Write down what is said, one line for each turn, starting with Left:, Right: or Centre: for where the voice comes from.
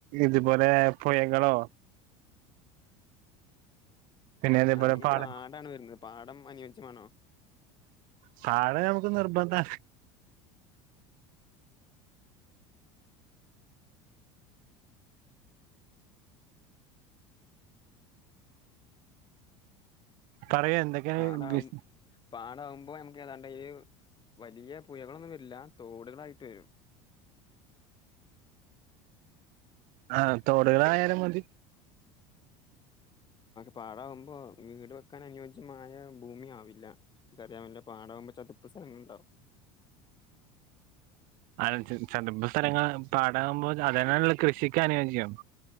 Right: ഇതുപോലെ പുഴകളോ പിന്നെ അതേപോലെ
Left: അല്ലെങ്കിൽ
Right: പാട
Left: പാടം ആണ് വരുന്നത് പാടം അനുയോജ്യമാണോ
Right: പാടം നമുക്ക് നിർബന്ധാ പറയൂ എന്തൊക്കെയാണ്
Left: പാടം
Right: ബിസ്
Left: പാടം ആകുമ്പോൾ നമുക്ക് ഏതാണ്ട് വലിയ പുഴകൾ ഒന്നും വ എല്ലാം തോടുകൾ ആയിട്ട് വരും
Right: ആ തോടുകൾ ആയാലും മതി
Left: പാടാവുമ്പോൾ വീട് വെക്കാൻ അനുയോജ്യമായ ഭൂമി ആവില്ല അതുപോലെ പാഠം ആവുമ്പോ ചതുപ്പ് സ്ഥലങ്ങൾ ണ്ടാവും
Right: അതനുസരിച്ച് ചതുപ്പ് സ്ഥലങ്ങളാണ് പാ അതാവുമ്പോ അതെന്നാണല്ലോ കൃഷിക്ക് അനുയോജ്യം